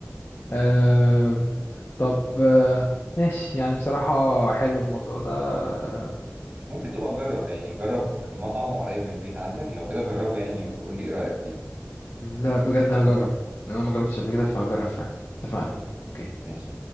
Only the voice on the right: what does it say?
ممكن تبقى تجرب يعني جرب المطعم وقريب من البيت عندك لو كده جربه يعني وقول لي ايه رايك فيه
انا
ماشي